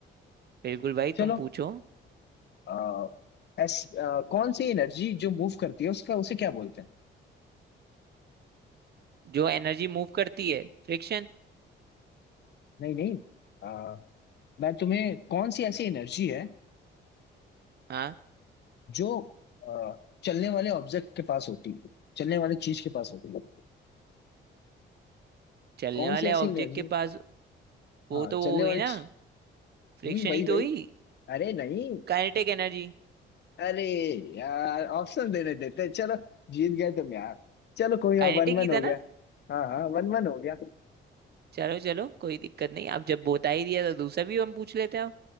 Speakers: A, on the right; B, on the left.
A: बिल्कुल भाई
B: चलो
A: तुम पूछो
B: आ, ऐस, आ, कौन सी एनर्जी जो मूव करती है उसका उसे क्या बोलते
A: जो एनर्जी मूव करती है फ्रिक्शन
B: नहीं नहीं आ, मैं तुम्हें कौन सी ऐसी एनर्जी है
A: हाँ
B: जो आ, चलने वाले ऑब्जेक्ट के पास होती है चलने वाली चीज के पास होती है
A: चलने
B: कौन
A: वाले
B: सी ऐसी
A: ऑब्जेक्ट
B: एनर्जी
A: के पास वो
B: हाँ
A: तो
B: चलने
A: वो हो गई
B: वाली
A: ना
B: चीज-
A: फ्रिक्शन
B: हम्म वही
A: ही
B: वही
A: तो हुई
B: अरे नहीं
A: Kinetic energy
B: अरे यार ऑप्शन देने देते चलो जीत गए तुम यार चलो कोई
A: काइनेटिक
B: ना वन वन
A: ही
B: हो
A: था ना
B: गया हाँ हाँ वन वन हो गया
A: चलो चलो कोई दिक्कत नहीं अब जब बता ही दिया तो दूसरा भी हम पूछ लेते हैं अब